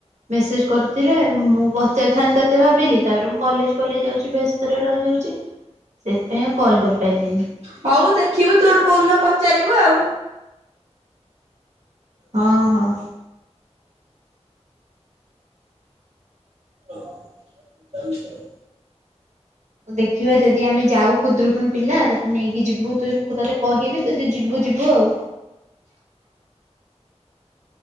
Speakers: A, on the right (about 80°); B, on the right (about 65°).
A: ମେସେଜ୍ କରିୁଥିଲେ ମୁଁ ପଚାରିଥାନ୍ତି ତତେ ଭାବିଲି ତାପରେ ମୁଁ କଲେଜ ଫଲେଜ ଯାଉଛି ବ୍ୟସ୍ତ ସ୍ତରେ ରହିଯାଉଚି ସେଇଥିପାଇଁ ଆଉ କଲ କରିପାରିଲିନି।
B: ହୋଉ ଦେଖିବୁ ତୁ ଗୋଟେ କୋଉଦିନ ପଚାରିବୁ ଆଉ।
A: ହଁ ହଁ।
B: ଚାଲ କର
A: ଦେଖିବା ଯଦି ଆମେ ଯାଉ ଖୁଦୁରୁକୁୁଣି ପିଲା ତତେ ନେଇକି ଯିବୁ ତୁ ତତେ କହିବି ତୁ ଯିବୁ ଯିବୁ ଆଉ।